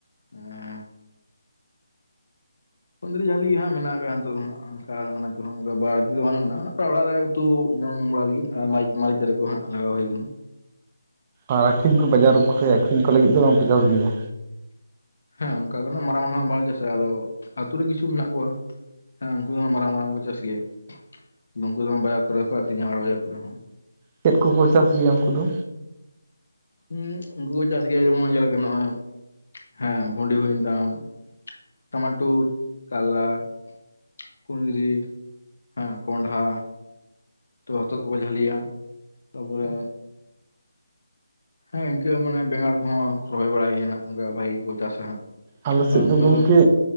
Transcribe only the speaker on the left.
ᱮᱸ ᱠᱩᱫᱽᱨᱤ ᱡᱟᱹᱞᱤ ᱜᱮ ᱦᱟᱸᱜ ᱢᱮᱱᱟᱜ ᱠᱟᱜᱼᱟ ᱱᱤᱛᱚᱜ ᱫᱚ ᱦᱟᱸᱜ ᱾ ᱚᱝᱠᱟ ᱚᱱᱟ ᱠᱚᱦᱚᱸ ᱚᱱᱠᱟ ᱵᱟᱹᱲᱛᱤ ᱫᱚ ᱵᱟᱹᱱᱩᱜᱼᱟ ᱚᱲᱟᱜ ᱨᱮ ᱩᱛᱩ ᱡᱚᱢ ᱵᱟᱲᱟ ᱞᱟᱹᱜᱤᱫ ᱢᱟᱹᱨᱤᱪ ᱢᱟᱹᱨᱤᱪ ᱫᱟᱨᱮ ᱠᱚ ᱦᱟᱸᱜ ᱞᱟᱜᱟᱣ ᱦᱩᱭ ᱠᱟᱱᱟ᱾
ᱦᱮᱸ ᱚᱱᱠᱟ ᱫᱚ ᱦᱟᱸᱜ ᱢᱟᱨᱟᱝ ᱱᱟᱦᱟᱸᱜ ᱵᱟᱞᱮ ᱪᱟᱥ ᱟᱫᱚ ᱟᱛᱩ ᱨᱮ ᱠᱤᱪᱷᱩ ᱢᱮᱱᱟᱜ ᱠᱚᱣᱟ ᱦᱮᱸ ᱩᱱᱠᱩ ᱫᱚ ᱢᱟᱨᱟᱝ ᱢᱟᱨᱟᱝ ᱠᱚ ᱪᱟᱥ ᱜᱮᱭᱟ, ᱩᱱᱠᱩ ᱫᱚ ᱵᱟᱡᱟᱨ ᱠᱚᱨᱮ ᱦᱚᱸᱠᱚ ᱟᱠᱷᱨᱤᱧᱟ ᱦᱟᱴ ᱵᱟᱡᱟᱨ ᱠᱚᱨᱮ ᱦᱚᱸ ᱾
ᱦᱩᱸ ᱩᱱᱠᱩ ᱠᱚ ᱪᱟᱥ ᱜᱮᱭᱟ ᱡᱮᱢᱚᱱ ᱡᱮᱞᱮᱠᱟ ᱱᱚᱜᱼᱚᱭ ᱦᱮᱸ ᱵᱷᱩᱰᱤ ᱦᱩᱭᱮᱱ ᱛᱟᱢ ᱴᱟᱢᱟᱴᱳᱩᱨ, ᱠᱟᱞᱞᱟ ᱠᱩᱸᱫᱽᱨᱤ, ᱦᱮᱸ ᱠᱚᱸᱰᱷᱟ ᱛᱚ ᱦᱚᱛᱚᱫ ᱠᱚᱠᱚ ᱡᱷᱟᱹᱞᱤᱭᱟ ᱛᱟᱯᱚᱨᱮ ᱦᱮᱸ ᱤᱱᱠᱟᱹ ᱢᱟᱱᱮ ᱵᱮᱸᱜᱟᱲ ᱠᱚᱦᱚᱸ ᱨᱚᱦᱚᱭ ᱵᱟᱲᱟᱭ ᱜᱮᱭᱟ ᱱᱟᱸᱜ ᱵᱷᱟᱜᱤ ᱜᱮᱠᱚ ᱪᱟᱥᱟ ᱦᱟᱸᱜ᱾
ᱟᱨ ᱩᱱᱠᱩ